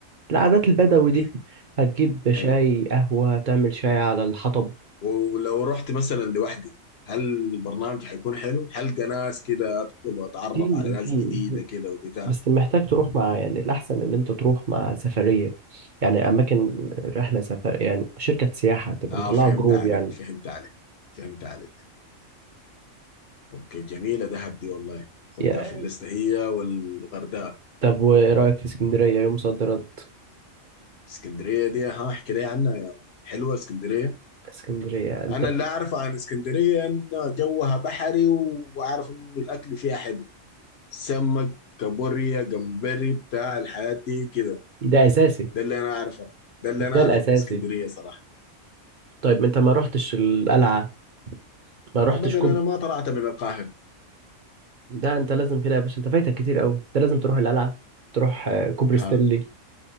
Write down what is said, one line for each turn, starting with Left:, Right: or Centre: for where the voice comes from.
Right: العادات البدوي
Left: أوكي
Right: دي هتجيب شاي
Left: حلو
Right: قهوة هتعمل شاي على الحطب
Left: ولو رحت مثلا لوحدي هل البرنامج حيكون حلو؟ حلقة ناس كده أدخل وأتعرف
Right: في
Left: على ناس
Right: في
Left: جديدة كده وبتاع
Right: بس محتاج تروح مع يعني الأحسن إن أنت تروح مع سفرية يعني أماكن رحلة سفر يعني شركة سياحة تبقى
Left: اه
Right: مطلعة
Left: فهمت
Right: جروب
Left: عليك
Right: يعني
Left: فهمت عليك فهمت عليك اوكي جميلة دهب دي والله خدتها
Right: يا-
Left: في الليستة هي والغردقة
Right: طب وإيه رأيك في اسكندرية يوم صد رد
Left: اسكندرية دي ها احكي لي عنها يا ولد. حلوة اسكندرية
Right: اسكندرية أنت
Left: انا اللي اعرفه عن اسكندرية ان جوها بحري واعرف انه الاكل فيها حلو سمك كابوريا جمبري بتاع الحياة دي كده
Right: ده أساسي
Left: ده اللي انا اعرفه ده اللي انا
Right: ده
Left: اعرفه
Right: الأساسي
Left: عن اسكندرية صراحة
Right: طيب أنت ما رحتش القلعة ما رحتش
Left: ابدا انا ما طلعت من القاهرة
Right: ده انت لازم كده يا باشا انت فايتك كتير قوي انت لازم تروح القلعه تروح آه، كوبري
Left: ها
Right: ستانلي